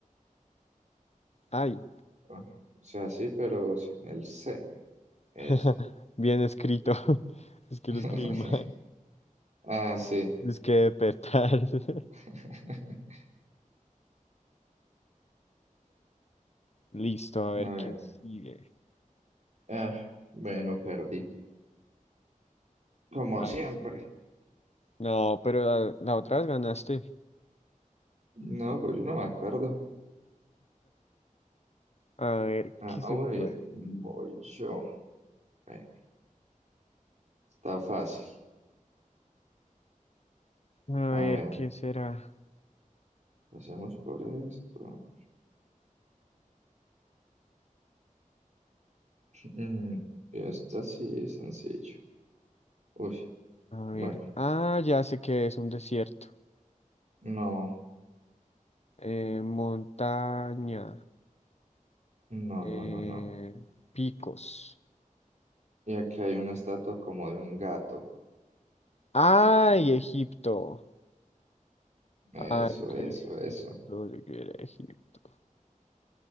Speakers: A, on the left (about 50°); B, on the right (about 55°).
A: Ay,
B: ah, o sea, sí, pero sin el C. Eso.
A: <laughs> bien escrito. <laughs> Es que
B: <laughs>
A: lo escribí mal.
B: Ah, sí.
A: Es que despertar. <laughs>
B: <laughs>
A: Listo, a ver
B: A ver.
A: quién sigue.
B: Ah, bueno, perdí. Como
A: Ay.
B: siempre.
A: No, pero la, la otra vez ganaste.
B: No, pues yo no me acuerdo.
A: A ver
B: Ah,
A: qué
B: hoy
A: se puede.
B: voy yo. Bueno, está fácil.
A: A
B: A
A: ver
B: ver.
A: qué será.
B: Hacemos por esto. Mm, y esta sí es sencillo. Uy,
A: A
B: bueno,
A: ver. Ah, ya sé que es un desierto.
B: no,
A: Eh, montaña.
B: no, no,
A: Eh,
B: no, no.
A: picos.
B: Y aquí hay una estatua como de un gato.
A: Ay, Egipto.
B: Eso,
A: Ay, yo
B: eso,
A: quería Egipto,
B: eso.
A: yo quería Egipto.